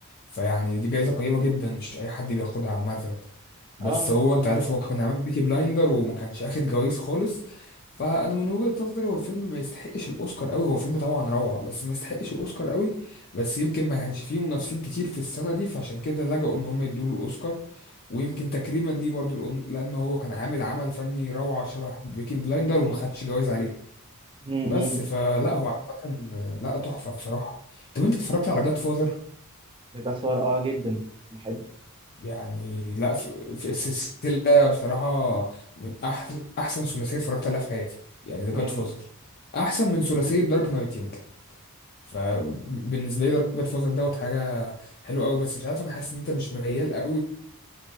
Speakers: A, on the left; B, on the right.
A: فيعني دي جايزه قيمه جدا مش اي حد بياخدها عامه بس
B: اه
A: هو انت عارف هو كان عامل بيكي بلايندر وما كانش اخد جوائز خالص فانا من وجهه نظري هو الفيلم ما يستحقش الاوسكار قوي هو فيلم طبعا روعه بس ما يستحقش الاوسكار قوي بس يمكن ما كانش فيه منافسين كتير في السنه دي فعشان كده لجأوا ان هم يدوا له الاوسكار ويمكن تكريما ليه برضو لأن لأن هو كان عامل عمل فني روعة شبه بيكي بلايندر وما خدش جوائز عليه
B: م- م.
A: بس فلا هو عامة لا تحفة بصراحة طب انت اتفرجت
B: م.
A: على جاد فاذر
B: ده كفار اه جدا بحب
A: يعني لا في, في السلسلة بصراحة من أحل أحسن ثلاثية اتفرجت عليها في حياتي يعني ذا
B: م-
A: جاد فاذر أحسن من ثلاثية دارك نايت يمكن فبالنسبة لي دارك جاد فاذر دوت حاجة حلوة أوي بس مش عارف أنا حاسس إن أنت مش ميال أوي